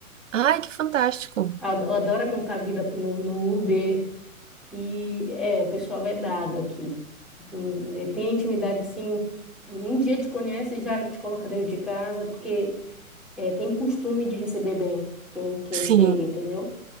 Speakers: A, on the right; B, in the centre.
A: Ai, que fantástico.
B: Ado- Adora contar a vida no, no Uber. E é, o pessoal é dado aqui. Hum, e Tem intimidade assim. Um dia te conhece e já te coloca dentro de casa, porque é, tem costume de receber bem quem, quem
A: Sim,
B: chega, entendeu?